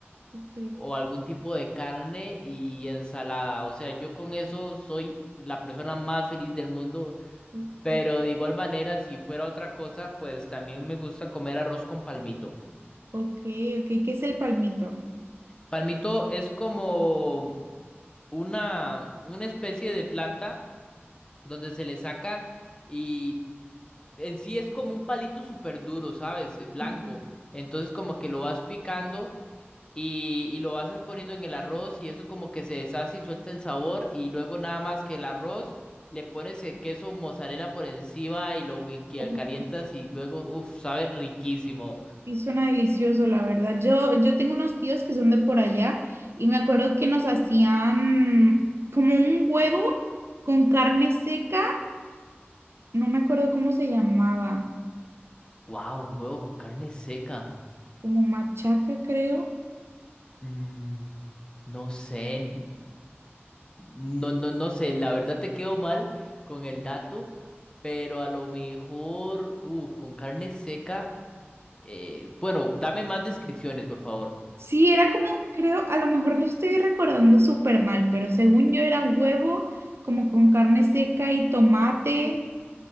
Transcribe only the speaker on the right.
ok,
ok.
Ok, ok, ¿qué es el palmito?
ok,
ok.
Sí, suena delicioso, la verdad. Yo, yo tengo unos tíos que son de por allá y me acuerdo que nos hacían como un huevo con carne seca, no me acuerdo cómo se llamaba,
como machaca, creo.
Sí, era como, creo, a lo mejor lo estoy recordando súper mal, pero según yo era huevo como con carne seca y tomate